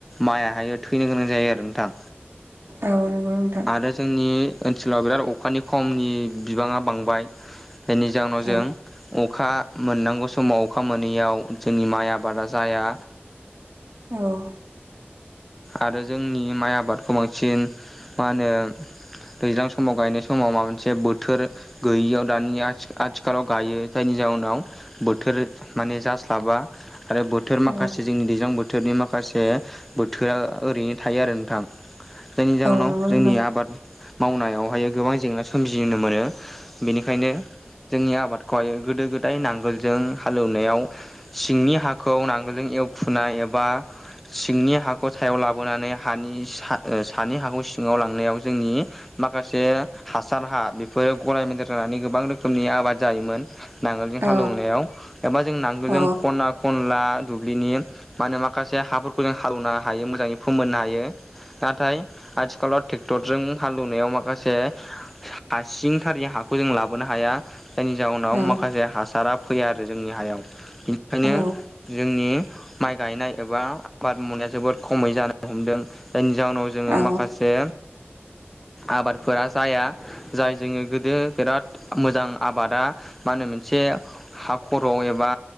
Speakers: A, in the centre; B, on the right.
A: माइयाहायो थैनो गोनां जायो आरो नोंथां।
B: औ नंगौ नोंथां।
A: आरो जोंनि ओनसोलाव बिराद अखानि खमनि बिबाङा बांबाय। बेनि जाउनाव जों
B: औ
A: अखा मोननांगौ समाव अखा मोनैयाव जोंनि माइ आबादा जाया।
B: औ
A: आरो जोंनि माइ आबादखौ बांसिन मा होनो दैज्लां समाव गायनाय समाव माबा मोनसे बोथोर गैयियाव दानि आथि-आथिखालाव गायो जायनि जाउनाव बोथोर माने जास्लाबा आरो बोथोर
B: औ
A: माखासे जोंनि दैज्लां बोथोर बोथोरनि माखासे बोथोरा ओरैनो थायो आरो नोंथां जायनि जाहोनाव
B: औ नंगौ
A: जोंनि
B: नोंथां
A: आबाद मावनायावहायो गोबां जेंना सोमजिनो मोनो बेनिखायनो जोंनि आबादखौहाय गोदो गोदाय नांगोलजों हाल एवनायाव सिंनि हाखौ नांगोलजों एवखुनाय एबा सिंनि हाखौ सायाव लाबोनानै हानि सा ओ सानि हाखौ सिङाव लांनायाव जोंनि माखासे हासार हा बेफोरो गलाय मोनदेर जानानै गोबां रोखोमनि आबाद जायोमोन। नांगोलजों हाल
B: औ
A: एवनायाव एबा जों नांगोलजों
B: औ
A: खना खनला दुब्लिनि मा होनो माखासे हाफोरखौ जों हालेवनो हायो मोजाङै फोमोननो हायो नाथाय आथिखालाव टेक क्टरजों हालुवनायाव माखासे हा सिंथारनि हाखौ जों लाबोनो हाया। जायनि जाउनाव
B: औ
A: माखासे हासारा फैया आरो जोंनि हायाव बिनिखायनो
B: औ
A: जोंनि माइ गायनाय एबा आबाद मावनाया जोबोद खमै जानो हमदों। जायनि जाउनाव जोङो
B: औ
A: माखासे आबादफोरा जाया। जाय जोङो गोदो बिराद मोजां आबादा मा होनो मोनसे हा खर'वाव एबा